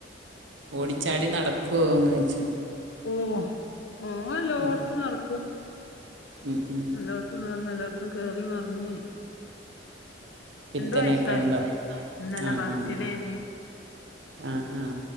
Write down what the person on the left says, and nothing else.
ഓഹ് ഓൻ എല്ലോട്ത്തു
നടക്കും
എല്ലോട് ത്തും നട്ന്ന് എല്ലോട്ത്തും കേറി മർഞ്ഞ്
വയസ്സായി ഇന്നലെ
ബർത്ത്ഡേനി